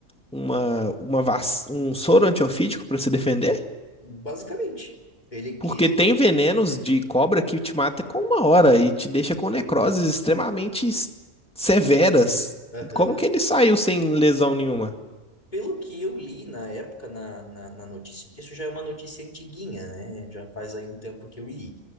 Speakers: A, in the centre; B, on the left (about 30°).
A: uma, uma vac- um soro antiofídico para se defender?
B: basicamente, ele
A: Porque
B: quis.
A: tem venenos de cobra que te mata com uma hora e te deixa com necroses extremamente s- severas.
B: Aham.
A: E como que ele saiu sem lesão nenhuma?
B: Pelo que eu li na época na, na, na notícia, porque isso já é uma notícia antiguinha, né? Já faz aí um tempo que eu li.